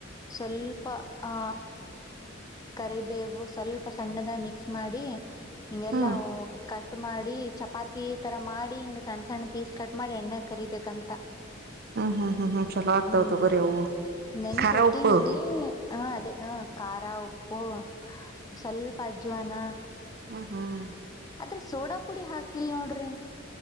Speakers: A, on the left (about 20°); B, on the right (about 50°).
A: ಸ್ವಲ್ಪ ಆ ಕರಿಬೇವು ಸ್ವಲ್ಪ ಸಣ್ಣದಾಗ ಮಿಕ್ಸ್ ಮಾಡಿ ಹಿಂಗೆಲ್ಲಾ
B: ಹ್ಮ್
A: ಕಟ್ ಕಟ್ ಮಾಡಿ ಚಪಾತಿ ತರ ಮಾಡಿ ಹಿಂಗ್ ಸಣ್ಣ ಸಣ್ಣ ಪೀಸ್ ಕಟ್ ಮಾಡಿ ಎಣ್ಣೆ ಕರಿಬೇಕಂತ
B: ಹ್ಮ್ ಹ್ಮ್ ಹ್ಮ್ ಹ್ಮ್ ಚಲೋ ಆಗ್ತಾವ
A: ಹ್ಮ್
B: ತಗೋರಿ ಅವು
A: ನೆನ್ಸಿಇಟ್ಟಿನ್
B: ಖಾರ ಉಪ್ಪು
A: ರೀ ಹ ಅದೇ ಹ ಖಾರ ಉಪ್ಪು ಸ್ವಲ್ಪ ಅಜ್ವಾನ
B: ಹ್ಮ್ ಹ್ಮ್
A: ಅದ್ರೆ ಸೋಡಾ ಪುಡಿ ಹಾಕಿಲ್ ನೋಡ್ರಿ